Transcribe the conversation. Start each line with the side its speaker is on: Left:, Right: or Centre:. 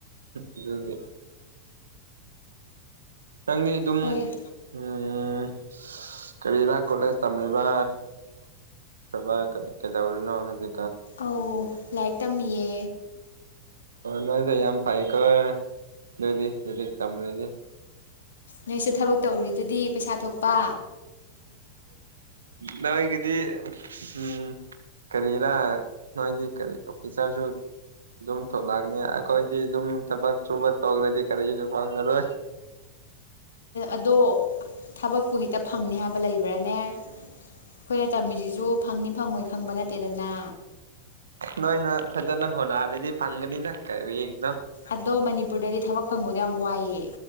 Right: ꯑꯗꯨꯒ ꯅꯪꯗꯤ ꯑꯗꯨꯝ
Left: ꯍꯣꯏ
Right: ꯎꯝ ꯎꯝ ꯀꯔꯤꯔ ꯀꯣꯂꯦꯖ ꯇꯝꯃꯤꯕ ꯈꯕꯥ ꯀ ꯀꯩꯗꯧꯔꯤꯅ ꯍꯖꯤ
Left: ꯑ ꯂꯩꯛꯇꯝ ꯌꯦ
Right: ꯅꯁ ꯌꯥꯝ ꯐꯥꯏꯀ ꯅꯨꯗꯨꯗꯤꯗꯤ ꯀꯗꯤ
Left: ꯅꯣꯏꯁꯨ ꯊꯕꯛ ꯇꯧꯔꯤꯗꯨꯗꯤ ꯄꯩꯁꯥ ꯊꯣꯛꯄ
Right: ꯅ ꯏꯒꯗꯤ ꯎꯝ ꯀꯔꯤꯔ ꯅꯗꯤꯔꯤ ꯑꯣꯐꯤꯁꯔꯁꯨ ꯑꯗꯨ ꯊꯂꯀꯅꯤ ꯀꯣꯏ ꯑꯗꯨ ꯊꯕꯛ ꯆꯨꯕ ꯇꯒ꯭ꯔꯗꯤ ꯐꯔ ꯑꯣꯏꯣꯏ
Left: ꯑꯗꯣ ꯊꯕꯛꯄꯨ ꯍꯦꯛꯇ ꯐꯪꯅꯤ ꯍꯥꯏꯕ ꯂꯩꯕ꯭ꯔꯥꯅꯦ ꯑꯩꯈꯣꯏꯅ ꯇꯝꯃꯤꯁꯤꯁꯨ ꯐꯪꯅꯤ ꯐꯪꯉꯣꯏ ꯈꯪꯕ ꯅꯠꯇꯦꯗꯅ
Right: ꯅꯣꯏ ꯅ ꯐꯖꯅ ꯍꯣꯅꯔꯗꯤ ꯐꯥꯒꯅꯤ ꯊꯥꯛ ꯀꯥꯏꯅꯣ
Left: ꯑꯗꯣ ꯃꯅꯤꯄꯨꯔꯗꯗꯤ ꯊꯕꯛ ꯐꯪꯕꯗꯣ ꯌꯥꯝ ꯋꯥꯏꯑꯦ